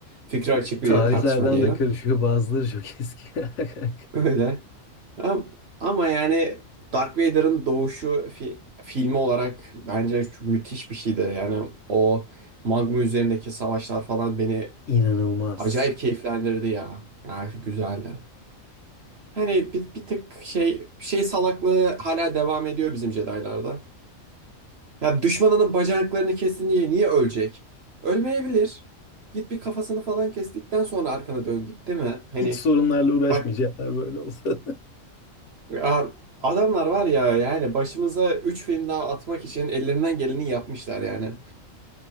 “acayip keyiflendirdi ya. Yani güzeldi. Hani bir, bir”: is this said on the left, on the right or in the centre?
Right